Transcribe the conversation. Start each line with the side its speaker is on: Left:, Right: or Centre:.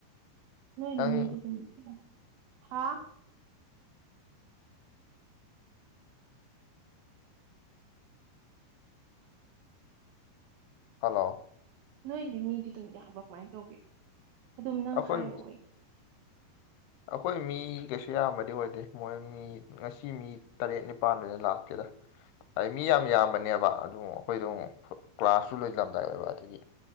Right: ꯅꯣꯏꯗꯤ
Left: ꯅꯪ
Right: ꯃꯤꯗꯨꯖꯨ ꯑꯃꯨꯛ ꯍꯥꯏꯗꯤ ꯍꯥ
Left: ꯍꯜꯂꯣ
Right: ꯅꯣꯏꯗꯤ ꯃꯤꯗꯤ ꯑꯗꯨꯝ ꯌꯥꯝꯕ꯭ꯔꯥ ꯀꯃꯥꯏꯅ ꯇꯧꯒꯦ ꯑꯗꯨꯝ ꯅꯪ
Left: ꯑꯩꯈꯣꯏ
Right: ꯍꯥꯏꯔꯛꯑꯣ ꯑꯩ
Left: ꯑꯩꯈꯣꯏ ꯃꯤ ꯀꯩꯁꯨ ꯌꯥꯝꯕꯗꯤ ꯑꯣꯏꯗꯦ ꯃꯣꯏ ꯃꯤ ꯉꯁꯤ ꯃꯤ ꯇꯔꯦꯠ ꯅꯤꯄꯥꯥꯟꯗꯩ ꯍꯦꯟꯅ ꯂꯥꯛꯇꯦꯗ ꯍꯥꯏꯗꯤ ꯃꯤ ꯌꯥꯝ ꯌꯥꯝꯕꯅꯦꯕ ꯑꯗꯨ ꯑꯩꯈꯣꯏꯗꯣ ꯀ꯭ꯂꯥꯁꯁꯨ ꯂꯣꯏꯁꯤꯜꯂꯝꯗꯥꯏ ꯑꯣꯏꯕ ꯑꯗꯨꯒꯤ